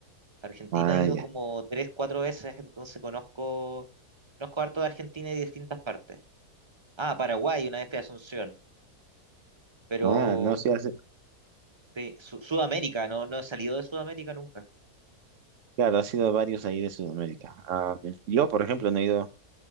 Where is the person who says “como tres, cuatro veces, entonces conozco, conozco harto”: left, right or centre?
Right